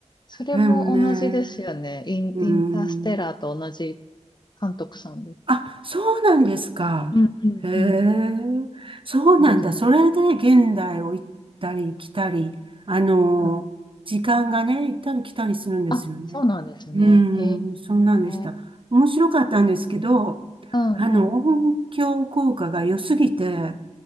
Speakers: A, on the left; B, on the right.
A: それも同じですよね。
B: でもね、
A: イン、
B: うん。
A: インターステラーと同じ監督さんで。
B: あ、そうなんですか。
A: うん、うん、
B: へえ、
A: うん。
B: そうなんだ。
A: 見れてない。
B: それで現代を行ったり来たり、あの、
A: うん。
B: 時間がね、行ったり来たりするんですよね。
A: あ、そうなんですね。
B: うーん、
A: へえ。
B: そうなんでした。
A: うん、
B: 面白かったんですけど、
A: うん、
B: あの、音響効果が良すぎて、